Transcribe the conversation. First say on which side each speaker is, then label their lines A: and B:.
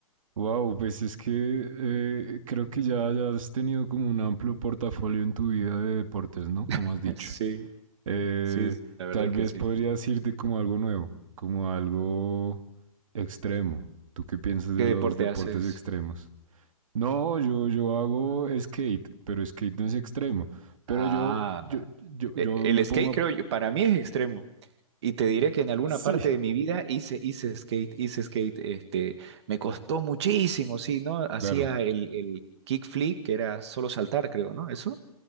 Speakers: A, on the right; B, on the right.
A: Wow, pues es que eh, creo que ya, ya has tenido como un amplio portafolio en tu vida de deportes, ¿no? Como
B: <laughs>
A: has dicho.
B: Sí,
A: Eh,
B: sí, sí, la verdad
A: tal
B: que
A: vez
B: sí.
A: podrías irte como algo nuevo, como algo extremo. ¿Tú qué piensas de
B: ¿Qué deporte
A: los deportes
B: haces?
A: extremos? No, yo, yo hago skate, pero skate no es extremo. Pero
B: Ah,
A: yo, yo, yo, yo
B: E- El
A: me pongo.
B: skate,
A: a-
B: creo yo, para mí es extremo. Y te diré que en alguna
A: Sí,
B: parte de mi vida hice, hice skate, hice skate. Este, me costó muchísimo, sí, ¿no? Hacía
A: claro.
B: el, el kickflip, que era solo saltar, creo, ¿no? Eso.